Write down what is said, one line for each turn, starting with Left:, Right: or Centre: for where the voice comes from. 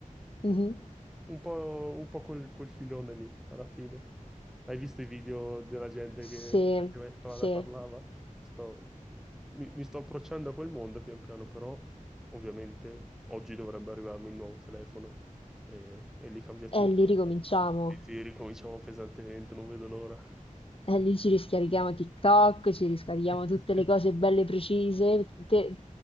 Left: Mhm.
Centre: Un po', un po' quel, quel filone lì, alla fine. Hai visto i video della gente che
Left: Sì,
Centre: faceva in strada
Left: sì.
Centre: parlava? Sto- mi, mi sto approcciando a quel mondo pian piano, però ovviamente oggi dovrebbe arrivarmi il nuovo telefono e, e lì cambia
Left: E
Centre: tutto.
Left: lì ricominciamo.
Centre: Sì, sì, ricominciamo pesantemente, non vedo l'ora.
Left: E lì ci riscarichiamo TikTok, ci riscarichiamo
Centre: <laughs>
Left: tutte le cose belle precise. Te-